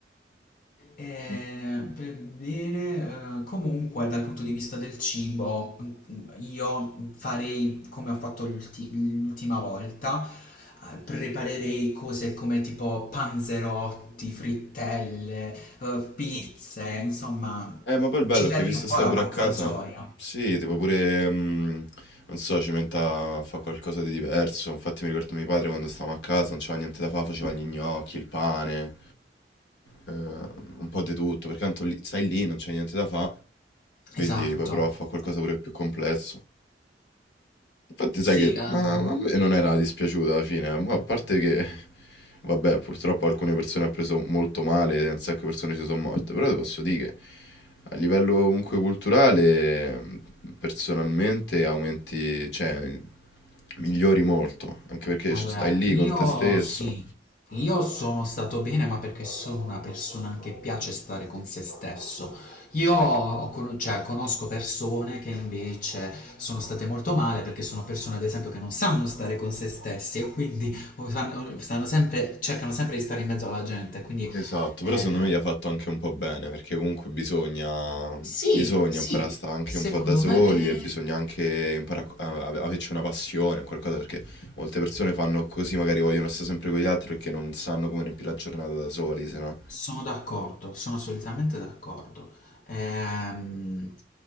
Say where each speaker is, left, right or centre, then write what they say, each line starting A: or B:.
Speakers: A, on the left; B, on the left.
A: Eh,
B: Mh.
A: per bene, eh, comunque dal punto di vista del cibo, mm, io farei come ho fatto l'ulti- l'ultima volta, eh, preparerei cose come tipo panzerotti, frittelle, eh, pizze, insomma,
B: Eh, ma poi il bello
A: ci
B: è
A: darei
B: che visto
A: un
B: che
A: po'
B: stai
A: la
B: pure
A: Buono,
B: a casa,
A: pazzagioia.
B: sì, tipo pure, mh, non so, ci metta a fare qualcosa di diverso. Infatti mi ricordo mio padre quando stavamo a casa, non c'era niente da fare, faceva gli gnocchi, il pane, eh, un po' di tutto, perché tanto lì- stai lì, non c'è niente da fare, quindi
A: Esatto.
B: poi prova a fare qualcosa pure più complesso. Infatti
A: Sì,
B: sai che
A: ehm,
B: ma a me non era dispiaciuta alla fine, ma a parte che vabbè, purtroppo alcune persone ha preso molto male, un sacco di persone ci sono morte, però ti posso dire che a livello comunque culturale personalmente aumenti, cioè migliori molto, anche perché
A: allora
B: stai lì
A: io
B: con te stesso,
A: sì, io sono stato bene, ma perché sono una persona che piace stare con se stesso. Io ho con- cioè, conosco persone che invece sono state molto male perché sono persone, ad esempio, che non sanno stare con se stessi e quindi fanno- stanno sempre, cercano sempre di stare in mezzo alla gente. Quindi
B: Esatto,
A: eh,
B: però secondo me gli ha fatto anche un po' bene, perché comunque bisogna,
A: sì,
B: bisogna
A: sì,
B: imparare a stare anche
A: secondo
B: un po' da soli
A: me è.
B: e bisogna anche imparare a, a- a- averci una passione, qualcosa, perché molte persone fanno così, magari vogliono stare sempre con gli altri perché non sanno come riempire la giornata da soli, se no.
A: Sono d'accordo, sono assolutamente d'accordo. Ehm,